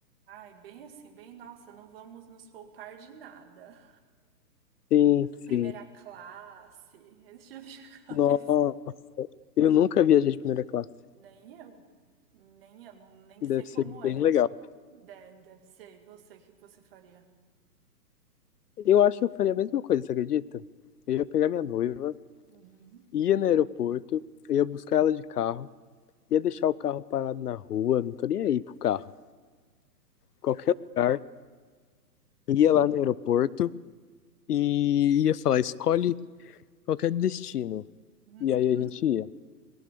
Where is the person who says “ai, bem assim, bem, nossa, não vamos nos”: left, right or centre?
Right